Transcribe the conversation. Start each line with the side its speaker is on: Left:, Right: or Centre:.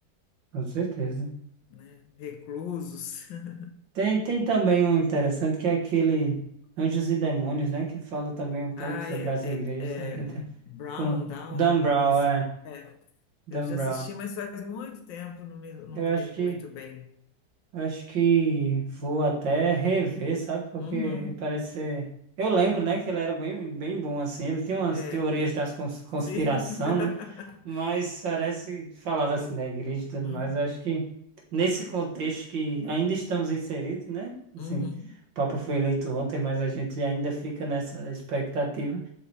Right: Com certeza.
Left: né, reclusos. <laughs>
Right: Tem, tem também um interessante que é aquele Anjos e Demônios, né? Que fala também um pouco
Left: Ah,
Right: sobre
Left: é,
Right: as igrejas.
Left: é-
Right: É bem
Left: é
Right: inter- <laughs>
Left: Brown,
Right: Com
Left: Down,
Right: Dan
Left: uma
Right: Brown,
Left: coisa assim.
Right: é.
Left: É,
Right: Dan
Left: eu já
Right: Brown.
Left: assisti, mas faz muito tempo, não me, não
Right: Eu
Left: me
Right: acho
Left: lembro
Right: que
Left: muito bem.
Right: Acho que vou até rever, sabe? Porque
Left: Uhum,
Right: parece ser. Eu lembro,
Left: uhum.
Right: né, que ele era bem, bem bom, assim. Ele tinha umas
Left: É,
Right: teorias das cons- conspiração,
Left: sim. <laughs>
Right: né? Mas parece que falava assim da igreja e tudo
Left: Uhum,
Right: mais. Eu acho que nesse contexto que ainda estamos inseridos, né? Assim,
Left: uhum,
Right: o Papa foi eleito ontem, mas a gente ainda fica nessa expectativa.